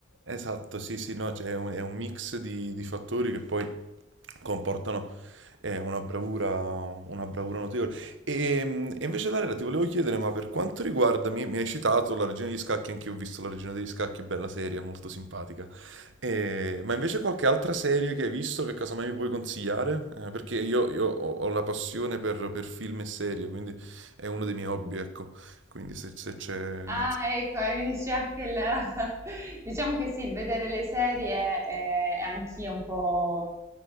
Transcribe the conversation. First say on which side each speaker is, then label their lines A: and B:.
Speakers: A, on the right; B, on the right.
A: Esatto, sì, sì, no, cioè è un, è un mix di, di fattori che poi comportano eh, una bravura, una bravura notevole. E, mm, e invece, Darela, ti volevo chiedere, ma per quanto riguarda, mi, mi hai citato la Regina degli Scacchi, anch'io ho visto la Regina degli Scacchi, bella serie, molto simpatica. Eh, ma invece qualche altra serie che hai visto che casomai mi puoi consigliare? Eh, perché io, io ho, ho la passione per, per film e serie, quindi è uno dei miei hobby, ecco. Quindi se, se c'è...
B: Ah,
A: non so-
B: ecco, e mi dice anche il... <laughs> Diciamo che sì, il vedere le serie è, è anch'io un po'